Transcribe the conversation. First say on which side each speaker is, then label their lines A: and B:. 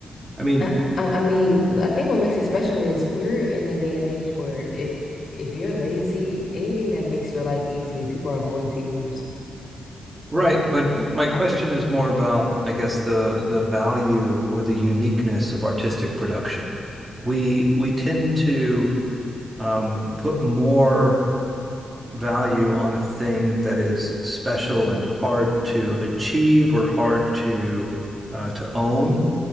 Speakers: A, on the right; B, on the left.
A: I mean,
B: I, I I mean, I think what makes it special is we're in the day and age where if if you're lazy, anything that makes your life easier, people are going to use.
A: right, but my question is more about, I guess, the the value or the uniqueness of artistic production. We we tend to um, put more value on a thing that is special and hard to achieve or hard to uh, to own.